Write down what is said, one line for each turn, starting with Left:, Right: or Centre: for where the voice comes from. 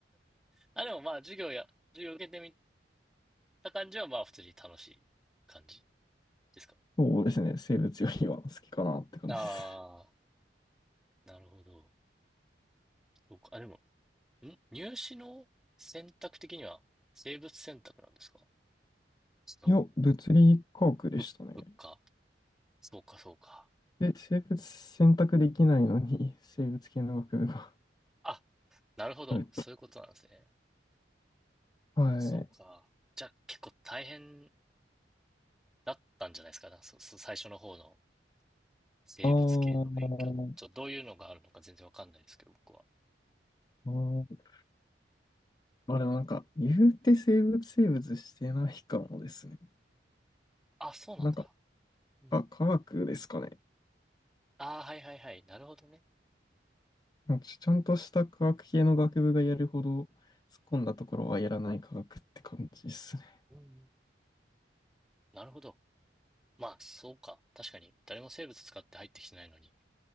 Centre: あ、でもまあ、授業や、授業受けてみた感じは、まあ、普通に楽しい感じですか
Left: そうですね。生物よりは好きかなって感じです。
Centre: ああー、なるほど。そうか。あ、でも、ん入試の選択的には、生物選択なんですか違う
Left: いや、物理科学でしたね。
Centre: ぶ物価そうか、そうか。
Left: で、生物選択できないのに、生物系の学部が
Centre: あ、なるほど。
Left: あるって。
Centre: そういうことなんですね。
Left: はい。
Centre: そうか。じゃあ、結構大変だったんじゃないですか、そそ最初の方の。生物系の勉強。
Left: あー
Centre: ちょっとどういうのがあるのか全然わかんないですけど、僕は。
Left: あー、まあでもなんか、言うて生物生物してないかもですね。
Centre: あ、そうなんだ。
Left: なんか、
Centre: うん。
Left: あ、科学ですかね。
Centre: ああ、はいはいはい。なるほどね。
Left: なんかちゃんとした科学系の学部がやるほど突っ込んだところはやらない科学って感じですね。
Centre: うん。なるほど。まあ、そうか。確かに、誰も生物使って入ってきてないのに、